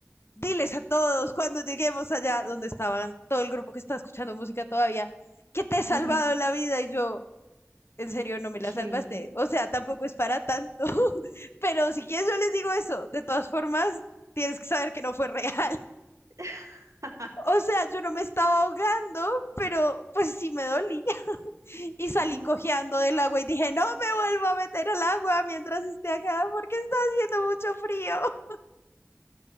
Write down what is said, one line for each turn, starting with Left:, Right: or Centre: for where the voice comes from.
Left: diles a todos cuando lleguemos allá donde estaban todo el grupo que está escuchando música todavía, que te he salvado
Right: Ujú.
Left: la vida y yo, en serio, no me la
Right: ¿Qué?
Left: salvaste. O sea, tampoco es para tanto, <laughs> pero si quieres yo les digo eso, de todas formas, tienes que saber que no fue real.
Right: <laughs>
Left: O sea, yo no me estaba ahogando, pero pues sí me dolía. <laughs> Y salí
Right: No,
Left: cojeando del agua y dije, no me vuelvo a meter al agua mientras esté acá porque está haciendo mucho frío. <laughs>